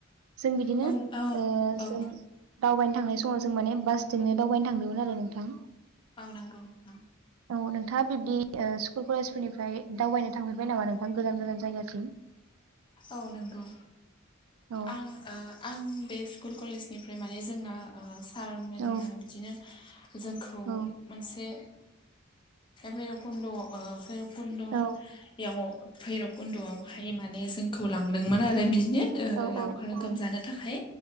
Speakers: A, on the right (about 80°); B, on the left (about 25°).
A: जों बिदिनो
B: औ औ
A: ओ
B: औ
A: जों दावबायनो थांनाय समाव जों माने बास जोंनो दावबायनो थांदोंमोन आरो नोंथां
B: नंगौ औ नोंथां
A: औ नोंथाङा बिब्दि स्कुल कलेजफोरनिफ्राय दावबायनो थांफेरबाय नामा नोंथां गोजान गोजान जायगासिम
B: औ नंगौ
A: औ
B: आं ओ आं बे स्कुल कलेजनिफ्राय माने जोंना सार मेदामा
A: औ
B: बिदिनो जोंखौ
A: औ
B: मोनसे बैरुबखुण्ड ओ भैरबखुनदआव
A: औ
B: भैरब कुन्द'आवहाय माने जोंखौ लांदोंमोन आरो बिदिनो
A: औ
B: लावखार ओंखाम
A: औ
B: जानो थाखाय